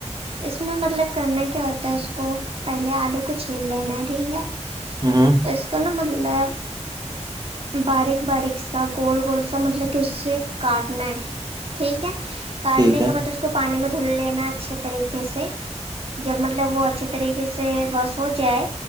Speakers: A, on the right; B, on the right.
A: اس میں مطلب کرنا کیا ہوتا ہے اس کو پہلے آلو کو چھیل لینا ہے ٹھیک ہے
B: ہوں
A: اس کانا مب ال <unintelligible> باریک باریک سا گول گول سا مطلب کے کاٹنا ہے ٹھیک ہے کاٹنے
B: ٹھیک ہے
A: کے بعد اس کو پانی میں دھل لینا اچھے طریقے سے جب مطلب وہ اچھے طریقے سے بس ہو جائے